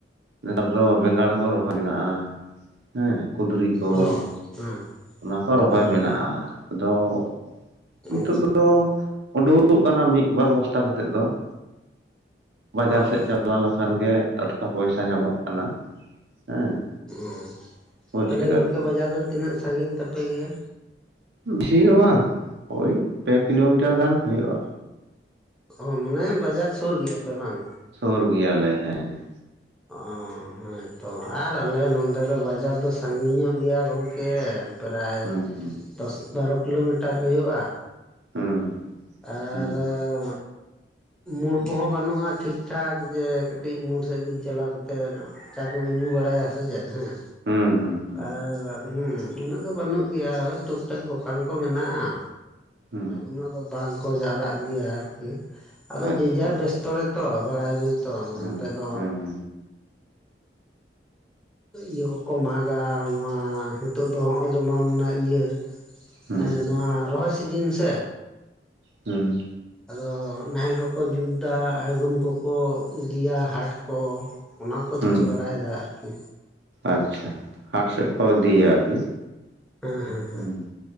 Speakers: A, on the right (about 70°); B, in the centre.
A: ᱱᱮᱛᱟᱨ ᱫᱚ ᱵᱮᱸᱜᱟᱲ ᱠᱚ ᱨᱚᱦᱚᱭ ᱢᱮᱱᱟᱜ-ᱟ ᱦᱮᱸ ᱠᱩᱸᱫᱽᱨᱤ ᱠᱚ
B: ᱚ ᱦᱮᱸ
A: ᱚᱱᱟ ᱠᱚ ᱨᱚᱦᱚᱭ
B: ᱦᱮᱸ
A: ᱢᱮᱱᱟᱜ-ᱟ ᱟᱫᱚ ᱱᱤᱛᱚᱜ
B: ᱚ
A: ᱫᱚ ᱩᱰᱩᱠᱚᱜ ᱠᱟᱱᱟ ᱢᱤᱫᱵᱟᱨ ᱵᱚᱥᱛᱟ ᱠᱟᱛᱮᱫ ᱫᱚ ᱾ ᱵᱟᱡᱟᱨ
B: ᱚ
A: ᱥᱮᱫ ᱪᱟᱯᱞᱟᱣ ᱞᱮᱠᱷᱟᱱ ᱜᱮ ᱴᱟᱴᱠᱟ ᱯᱚᱭᱥᱟ ᱧᱟᱢᱚᱜ ᱠᱟᱱᱟ᱾ ᱦᱮᱸ
B: ᱚᱸ
A: ᱵᱩᱡᱽ
B: ᱛᱟᱦᱚᱞᱮ
A: ᱠᱮᱫᱟᱵᱤᱱ
B: ᱜᱚᱝᱠᱮ ᱵᱟᱡᱟᱨ ᱫᱚ ᱛᱤᱱᱟᱹᱜ ᱥᱟᱺᱜᱤᱧ ᱛᱟᱯᱮ ᱜᱮᱭᱟ?
A: ᱵᱮᱥᱤ ᱫᱚ ᱵᱟᱝ ᱳᱭ ᱯᱮ ᱠᱤᱞᱳᱢᱤᱴᱟᱨ ᱜᱟᱱ ᱦᱩᱭᱩᱜ-ᱟ᱾
B: ᱚ ᱢᱟᱱᱮ ᱵᱟᱡᱟᱨ ᱥᱩᱨ ᱜᱮᱭᱟ ᱯᱮ ᱵᱟᱝ?
A: ᱥᱩᱨ ᱜᱮᱭᱟᱞᱮ ᱦᱮᱸ᱾
B: ᱚᱸ ᱦᱮᱸᱛᱚ ᱟᱨ ᱟᱞᱮ ᱱᱚᱸᱰᱮ ᱫᱚ ᱵᱟᱡᱟᱨ ᱫᱚ ᱥᱟᱺᱜᱤᱧ ᱧᱚᱜ ᱜᱮᱭᱟ ᱜᱚᱝᱠᱮ ᱯᱨᱟᱭ
A: ᱦᱩᱸ ᱦᱩᱸ
B: ᱫᱚᱥ ᱵᱟᱨᱚ ᱠᱤᱞᱳᱢᱤᱴᱟᱨ ᱦᱩᱭᱩᱜ-ᱟ᱾
A: ᱦᱩᱸ᱾
B: ᱟᱨ
A: ᱦᱩᱸ
B: ᱢᱩᱲ
A: ᱦᱩᱸ
B: ᱠᱚᱦᱚᱸ ᱵᱟᱱᱩᱜ-ᱟ ᱴᱷᱤᱠ ᱴᱷᱟᱠ ᱡᱮ ᱠᱟᱹᱴᱤᱡ ᱢᱳᱲ ᱥᱮᱫ ᱵᱤᱱ ᱪᱟᱞᱟᱣ ᱠᱟᱛᱮᱫ ᱪᱟ ᱠᱚᱵᱤᱱ ᱧᱩ ᱵᱟᱲᱟᱭᱟ ᱥᱮ ᱪᱮᱫ? ᱦᱮᱸ
A: ᱦᱩᱸ ᱦᱩᱸ ᱦᱩᱸ
B: ᱟᱨ ᱦᱩᱸ ᱩᱱᱟᱹᱜ ᱫᱚ ᱵᱟᱹᱱᱩᱜ ᱜᱮᱭᱟ ᱴᱩᱠ ᱴᱟᱠ ᱫᱚᱠᱟᱱ ᱠᱚ ᱢᱮᱱᱟᱜ-ᱟ
A: ᱦᱩᱸ
B: ᱩᱱᱟᱹᱜ ᱫᱚ ᱵᱟᱝ ᱡᱟᱣᱨᱟᱜ ᱜᱮᱭᱟ ᱟᱫᱚ
A: ᱟᱪᱪᱷᱟ
B: ᱡᱮᱡᱟᱨ ᱵᱮᱥᱛᱚ ᱨᱮ ᱛᱚ ᱵᱟᱲᱟᱭᱟ ᱵᱤᱱ ᱛᱚ
A: ᱦᱩᱸ
B: ᱱᱚᱛᱮ ᱫᱚ
A: ᱦᱩᱸ
B: ᱤᱭᱟᱹ ᱠᱚᱠᱚ ᱢᱟᱜᱟ ᱱᱚᱣᱟ ᱦᱤᱛᱚᱜ ᱫᱚ ᱦᱚᱜ-ᱚᱭ ᱡᱮᱢᱚᱱ ᱤᱭᱟᱹ
A: ᱦᱩᱸ
B: ᱮᱸ ᱱᱚᱣᱟ ᱨᱚᱦᱚᱭ ᱥᱤᱡᱤᱱ ᱥᱮ
A: ᱦᱩᱸ
B: ᱟᱫᱚ ᱱᱟᱦᱮᱞ ᱠᱚᱠᱚ ᱡᱩᱛ-ᱫᱟ ᱟᱲᱜᱚᱢ ᱠᱚᱠᱚ ᱤᱫᱤᱭᱟ ᱦᱟᱴ ᱠᱚ᱾ ᱚᱱᱟ ᱠᱚ
A: ᱦᱩᱸ
B: ᱡᱩᱛ ᱵᱟᱲᱟᱭᱮᱫᱟ ᱟᱨᱠᱤ᱾
A: ᱟᱪᱪᱷᱟ, ᱦᱟᱴ ᱥᱮᱫ ᱠᱚ ᱤᱫᱤᱭᱟ ᱟᱨᱠᱤ
B: ᱦᱮᱸ ᱦᱮᱸ
A: ᱦᱩᱸ᱾